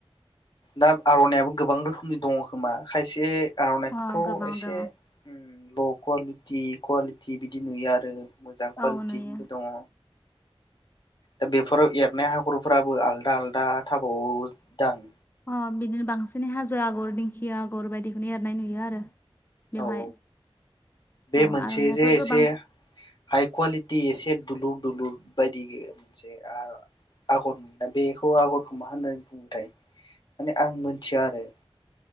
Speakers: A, on the left; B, on the left.
A: दा आर'नायाबो गोबां रोखोमनि दङ खोमा खायसे आर'नाइखौथ'
B: अ गोबां
A: एसे
B: दङ
A: उम ल' कुवालिटि कुवालिटि बिदि नुयो आरो मोजां कुवालिटिनिबो
B: औ नुयो
A: दङ। दा बेफोराव एरनाय हागरफोराबो आलदा आलदा थाबाव दां
B: अ बिदिनो बांसिन हाजो आगर दिंखिया आगर बायदिखौनो एरनाय नुयो आरो। बेवहाय
A: औ औ बे
B: अ
A: मोनसे
B: आर'नाइाथ'
A: जे एसे
B: गोबां
A: हाइ कुवालिटि एसे दुलुर दुलुर बायदि मोनसे आर आगर नुयोना बेखौ आगरखौ मा होननानै बुङोथाय माने आं मोनथिया आरो